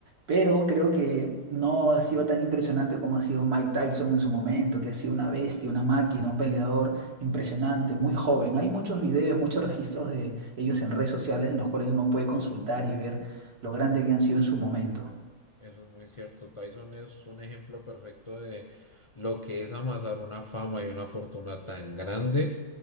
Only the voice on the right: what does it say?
Pero creo que no ha sido tan impresionante como ha sido Mike Tyson en su momento, que ha sido una bestia, una máquina, un peleador impresionante, muy joven. Hay muchos videos, muchos registros de ellos en redes sociales en los cuales uno puede consultar y ver lo grande que han sido en su momento.